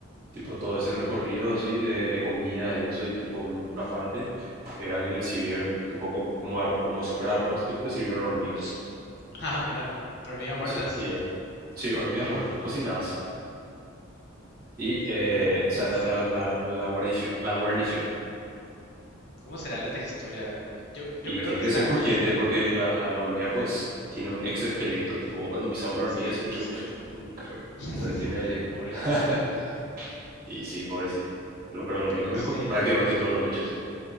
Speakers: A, on the right (about 50°); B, on the left (about 60°).
A: tipo todo ese recorrido así de, de comida y eso y tipo un- una parte era que le sirvieron tipo co- como ar- como si fuera arroz, tipo le sirvieron hormigas.
B: <laughs> ah, mira, hormigas muertas.
A: Y sí, y, eh, sí, hormigas muertas, cocinadas. Y eh,
B: Sería interesante.
A: esa era la, la, la guarnición, la guarnición.
B: ¿Cómo será la textura? Yo, yo
A: Y
B: creo
A: tiene
B: que
A: que
B: también,
A: ser crujiente porque la, la hormiga pues tiene un exoesqueleto. Tipo, vos cuando pisas una hormiga
B: sí,
A: se escucha
B: cierto.
A: un, cr- un cr-
B: <laughs>
A: Entonces tiene...
B: Pobre
A: <laughs>
B: la hormiga.
A: Y sí, pobrecita. Lo, pero lo
B: Pero
A: mismo
B: sí,
A: es con prácticamente
B: eh,
A: todos los bichos.